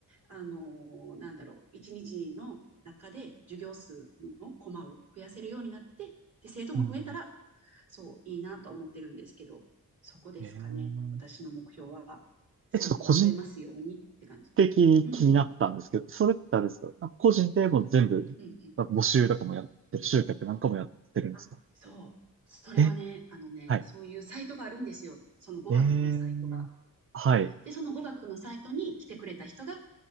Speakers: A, on the right; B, on the right.
A: あの、なんだろう、一日の中で授業数のコマを増やせるようになって、で、生徒も増えたら、
B: うん。
A: そう、いいなと思ってるんですけど、そこですかね、
B: えー、
A: 私の目標は、生徒が増えますようにって感じ。
B: え、ちょっと個人的に気になったんですけど、
A: うん、
B: それってあれですかなんか個人でもう全部、
A: うん、うん。
B: なんか募集とかもやってる、集客なんかもやってるんですか
A: あ、そう。それはね、
B: え、
A: あのね、
B: はい。
A: そういうサイトがあるんですよ。その語学のサイトが。
B: えー、はい。
A: で、その語学のサイトに来てくれた人が、